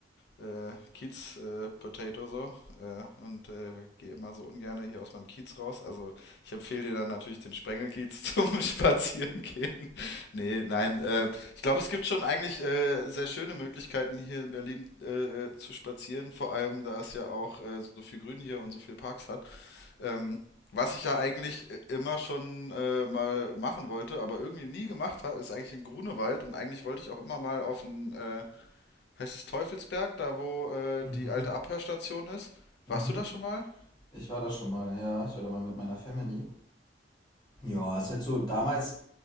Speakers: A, on the left; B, on the left.
A: äh, Kiez-Potato so äh, und äh, gehe immer so ungerne hier aus meinem Kiez raus. Also ich empfehle dir dann natürlich den Sprengelkiez <laughs> zum Spazieren gehen. Nee, nein, äh, ich glaube, es gibt schon eigentlich äh, sehr schöne Möglichkeiten hier in Berlin äh, zu spazieren. Vor allem, da es ja auch äh, so viel Grün hier und so viel Parks hat. Ähm, was ich ja eigentlich äh, immer schon äh, mal machen wollte, aber irgendwie nie gemacht habe, ist eigentlich in Grunewald und eigentlich wollte ich auch immer mal auf den, äh, heißt es Teufelsberg, da wo äh,
B: Mhm,
A: die alte Abhörstation ist.
B: mhm.
A: Warst du da schon mal?
B: Ich war da schon mal, ja, ich war da mal mit meiner Family. Ja, ist halt so, damals,